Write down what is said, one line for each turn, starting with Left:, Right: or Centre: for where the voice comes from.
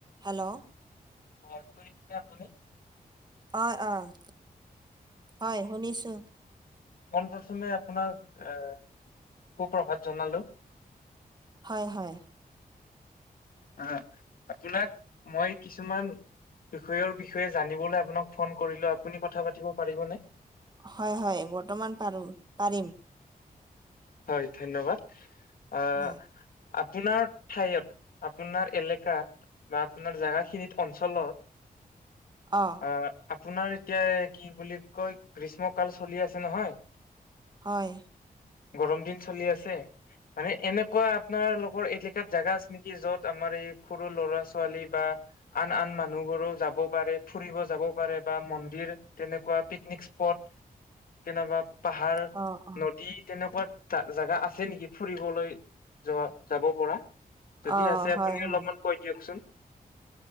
Right: Hello.
Left: হয়, শুনিছেনে আপুনি?
Right: অ', অ', হয়, শুনিছো।
Left: পোন প্ৰথমে আপোনাক, এ সুপ্ৰভাত জনালো।
Right: হয়, হয়।
Left: আহ, আপোনাক মই কিছুমান বিষয়ৰ বিষয়ে জানিবলৈ আপোনাক ফোন কৰিলো, আপুনি কথা পাতিব পাৰিবনে?
Right: হয়, হয়, বৰ্তমান পাৰো পাৰিম।
Left: হয়, ধন্যবাদ আহ
Right: হয়
Left: আপোনাৰ ঠাইয়ত, আপোনাৰ এলেকাত বা আপোনাৰ জাগা খিনিত অঞ্চলত
Right: অ'।
Left: অ', আপোনাৰ এতিয়া কি বুলি কয়, গ্ৰীষ্ম কাল চলি আছে নহয়।
Right: হয়।
Left: গৰম দিন চলি আছে। মানে এনেকুৱা আপোনালোকৰ এলেকাত জেগা আছে নেকি, য'ত আমাৰ এই সৰু ল'ৰা-ছোৱালী বা আন আন মানুহবোৰো যাব পাৰে, ফুৰিব যাব পাৰে বা মন্দিৰ তেনেকুৱা পিকনিক স্পট, তেনেকা পাহাৰ
Right: অ অ
Left: নদী তেনেকুৱা জা জেগা আছে নেকি ফুৰিবলৈ যোৱা, যাব পৰা? যদি
Right: অ
Left: আছে
Right: হয়
Left: আপুনি অলপমান
Right: হয়
Left: কৈ দিয়কচোন।